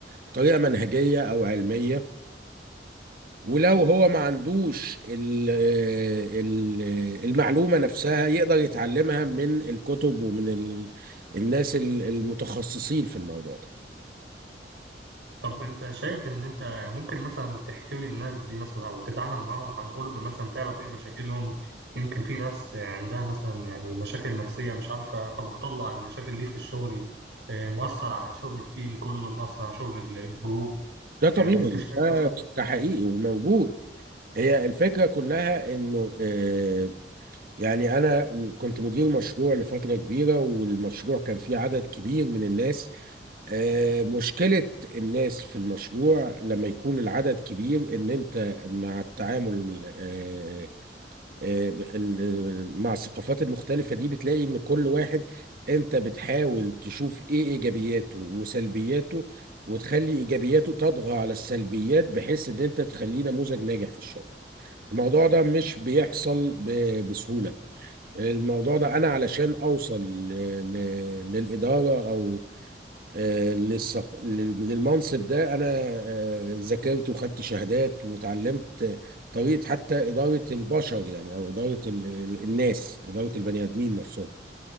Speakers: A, on the right (about 55°); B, on the right (about 85°).
A: بطريقة منهجية أو علمية ولو هو ما عندوش ال- ال- المعلومة نفسها يقدر يتعلمها من الكتب ومن ال- الناس ال- المتخصصين في الموضوع ده
B: طب انت شايف ان انت ممكن مثلا تحتوي الناس دي مثلا او تتعامل معاهم عن قرب مثلا تعرف ايه مشاكلهم يمكن في ناس عندها مثلا يعني مشاكل نفسية مش عارفة فبتطلع المشاكل دي في الشغل اه، مؤثر على شغل التيم كله مؤثر على شغل الجروب
A: ده طبيعي
B: يعني انت شايف
A: ده,
B: مثلا
A: ده حقيقي وموجود هي الفكرة كلها انه آه، يعني انا كنت مدير مشروع لفترة كبيرة والمشروع كان فيه عدد كبير من الناس آه، مشكلة الناس في المشروع لما يكون العدد كبير ان انت مع التعامل آه، آه، ب- ال- ال- مع الثقافات المختلفة دي بتلاقي ان كل واحد انت بتحاول تشوف ايه ايجابياته وسلبياته وتخلي ايجابياته تطغى على السلبيات بحيث ان انت تخليه نموذج ناجح في الشغل الموضوع ده مش بيحصل ب- بسهولة الموضوع ده انا علشان اوصل ل- ل- للإدارة او آه، للصق... لل- للمنصب ده انا آه، ذاكرت وخدت شهادات وتعلمت آه، طريقه حتى اداره البشر يعني او اداره ال... ال- الناس اداره البني ادمين نفسهم